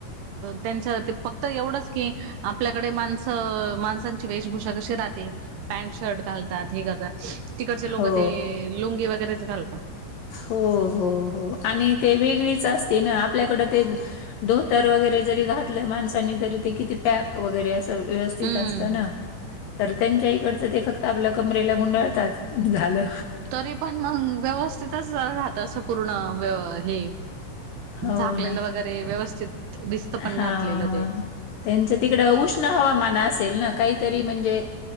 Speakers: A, on the right; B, on the left.
A: त्यांचं ते प तर एवढंच की आपल्याकडे माणसं माणसांची वेशभूषा कशी राहते पॅन्ट शर्ट घालतात हे करतात तिकडचे लोक
B: हो
A: ते लुंगी वगैरेच घालता
B: हो हो हो आणि ते वेगळीच असते ना आपल्याकडं ते धोतर वगैरे जरी घातलं माणसानी तरी ते किती पॅक वगैरे असं व्यवस्थित
A: हम्म
B: असतं ना तर त्यांच्या इकडचं ते फक्त आपल्या कमरेला गुंडळतात झालं
A: तरी पण मग व्यवस्थितच राहत असं पूर्ण व्य हे.
B: हो
A: झाकलेलं
B: ना.
A: वगैरे व्यवस्थित दिसत
B: हां.
A: पण घातलेलं ते
B: त्यांचं तिकड उष्ण हवामान असेल ना काहीतरी म्हणजे